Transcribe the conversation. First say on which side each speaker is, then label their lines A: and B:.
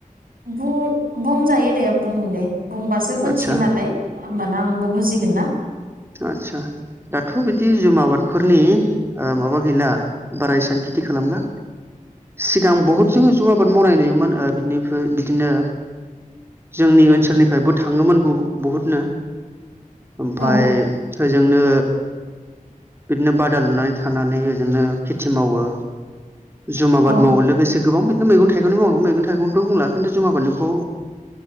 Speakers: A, on the right; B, on the right.
A: बु बुंजायो दे बुं दे बुंबासो मिथिगोन
B: आदसा
A: नालाय होमबाना आंबो बुजिगोन ना।
B: आतसा दाथ' बिदि जुम आबादफोरनि ओ माबा गैला बारा एसां खेथि खालामला। सिगां बहुद जोङो जुम आबाद मावनाय नुयोमोन ओ बिनिफ्राय बिदिनो जोंनि ओनसोलनिफ्रायबो थाङोमोन बहु बहुतनो ओमफाय
A: औ
B: बेजोंनो बिदिनो बादा लुनानै थानानै ओजोंनो खेथि मावो। जुम आबाद
A: औ
B: मावो लोगोसे गोबां बिदिनो मैगं थाइगंनि मावो मैगं थाइगंथ' बुंला खिन्थु जुम आबादनिखौ